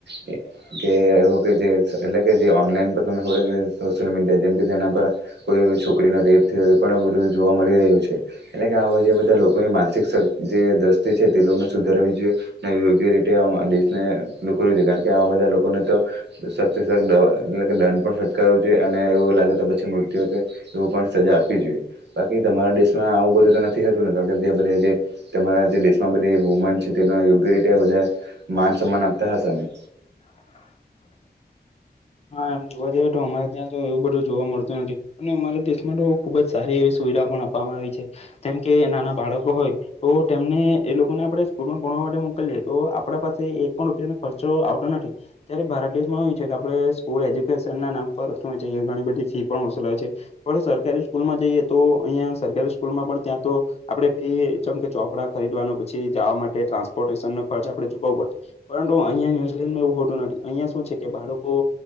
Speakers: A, on the right (about 85°); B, on the left (about 35°).
A: ને કે હો કે જે એટલે કે જે ઓનલાઈન પર તમે ખબર સોશિયલ મીડિયા જેમ કે એના પર કોઈ છોકરીનો રેપ થયું એવું પણ બધું જોવા મળી રહ્યું છે એટલે કે આ જે બધા લોકોની માનસિક સે જે દ્રષ્ટિ છે તે બહુ ને સુધારવી જોઈએ અને યોગ્ય રીતે દેશને કરવ જોઈએ કારણ કે આવા બધા લોકોને તો સખત સખ દ એટલે દંડ પણ ફટકાવું જોઈએ અને એવું લાગે તો પછી મૃત્યુ કે એવું પણ સજા આપવી જોઈએ બાકી તમારા દેશમાં આવું બધું તો નથીતુંને કાર બધ તમારા જે દેશમાં બધ વુમન છે તે યોગ્ય રીતે બધા માન સન્માન આપતા હશે ને
B: <inaudible> હા એમ જોવા જઈએ તો અમારે ત્યાં તો એવું બધું જોવા મળતું નથી અને અમારા દેશમાં તો ખુબ જ સારી એવી સુવિધા પણ આપવામાં આવી છે જેમ કે નાના બાળકો હોય તો તેમને એ લોકોને આપણે સ્કૂલમાં ભણવા તો આપ પાસે એક પણ રૂપિયા ખર્ચો આવતો નથી ત્યારે ભારત દેશમાં એ છે કે આપણે સ્કૂલ એજ્યુકેશન ના નામ પર શું ઘણી બધી ફી પણસલાવે છે પણ સરકારી સ્કૂલમાં જઈએ તો અહિયાં સરકારી સ્કૂલમાં પણ ત્યાં તો આપડે ફી જેમ કે ચોપડા ખરીદવાનું પછી જવા માટે ટ્રાન્સપોર્ટ ખર્ચ આપણે ચુકવ પડ પરંતુ અહં ન્યુઝીલેન્ડમાં એવું હોતું નથી અહિયાં શું છે કે બાળકો